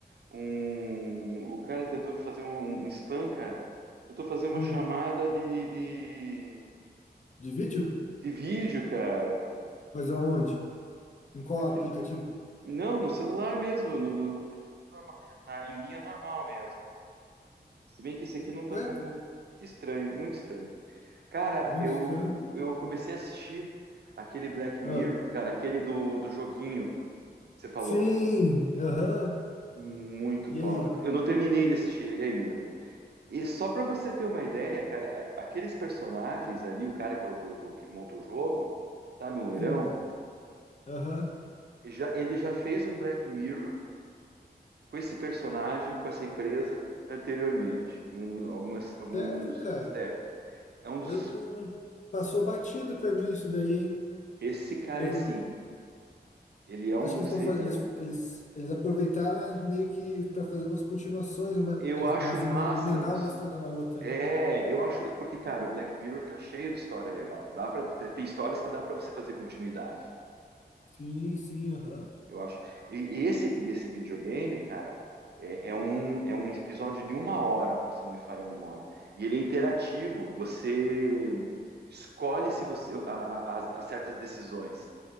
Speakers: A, on the right; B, on the left.
A: um, o cara tentou fazer um, um um spam, cara. Tentou fazer uma
B: Hum,
A: chamada de, de,
B: de vídeo?
A: de vídeo, cara.
B: Mas aonde? Em qual
A: Aqui,
B: aplicativo?
A: não, no celular mesmo, no, no telefone normal, na- em linha normal mesmo. Se bem que esse aqui não tá
B: Ué,
A: como, que estranho, muito estranho. Cara,
B: muito
A: eu,
B: estranho.
A: eu comecei a assistir aquele Black Mirror,
B: Ah,
A: cara, aquele do, do joguinho que você falou.
B: sim, aham.
A: Muito
B: E
A: top.
B: aí?
A: Eu não terminei de assistir ele ainda. E só para você ter uma ideia, cara, a- aqueles personagens ali, o cara que é o do, do- que monta o jogo, sabe, um loirão,
B: Sim, aham.
A: ele já, ele já fez um Black Mirror com esse personagem, com essa empresa anteriormente, num, algumas, alguns
B: Sério, cara?
A: séries. É um dos,
B: Eu não, não- Passou batido pra mim isso daí, hein?
A: esse cara
B: Eu
A: é
B: vou
A: assim, ele é um
B: acho que eles
A: seria.
B: estão fazendo, eles, eles, eles aproveitaram meio que para fazer umas continuações, umas,
A: Eu acho
B: umas
A: massa
B: emen- emendar
A: isso.
B: uma história na outra,
A: É,
B: né?
A: eu acho, porque cara, o Black Mirror tá cheio de história legal. Dá para tem histórias que dá para você fazer continuidade.
B: Sim, sim, aham.
A: Eu acho. E esse aqui desse videogame, cara, é, é um, é um episódio de uma hora, se não me falha a memória. E ele é interativo. Você escolhe se você a, a- as- as certas decisões